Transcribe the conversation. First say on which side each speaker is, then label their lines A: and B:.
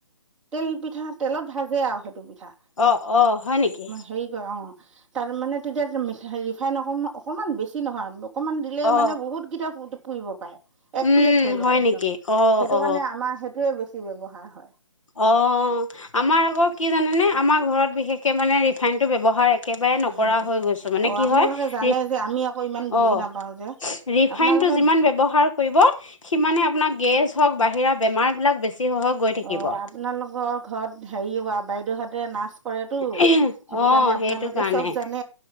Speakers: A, in the centre; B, on the left (about 80°).
A: তেল পিঠা, তেলত ভাজে আৰু সেইটো পিঠা,
B: অ অ হয় নেকি
A: হেৰি কৰে অ'। তাৰ মানে, তেতিয়া মিঠা ৰিফাইন অকণমান, অকণমান বেছি নহয়, অকণমান দিলেই
B: অ
A: মানে বহুত কেইটা পো- পুৰিব পাৰে, এক
B: উম
A: প্লেট হৈ
B: হয়
A: যায় একদম,
B: নেকি অ
A: সেইটো
B: অ
A: কাৰণে আমাৰ সেইটোৱে বেছি ব্যৱহাৰ হয়।
B: অ', আমাৰ আকৌ কি জানেনে, আমাৰ ঘৰত বিশেষকে মানে ৰিফাইন টো ব্যৱহাৰ এক- কেবাৰে
A: হয়
B: নকৰা
A: নেকি
B: হৈ গৈছো, মানে
A: অঁ
B: কি
A: আপোনালোকে
B: হয়?
A: জানে
B: সেই
A: যে আমি আকৌ ইমান বুজি
B: অ'
A: নাপাওঁ যে
B: ৰিফাইনটো
A: আপোনালোকে
B: যিমান ব্যৱহাৰ কৰিব, সিমানে আপোনাক- গেছ হওক, বাহিৰা বেমাৰবিলাক বেছি হৈ হৈ গৈ থাকিব।
A: অঁ আপোনালোকৰ ঘৰত হৰি হোৱা বাইদেউহঁতে নাচ- কৰেতো
B: অ
A: সেইটো কাৰণে আপোনালোকে
B: সেইটো কাৰণে।
A: চব জানে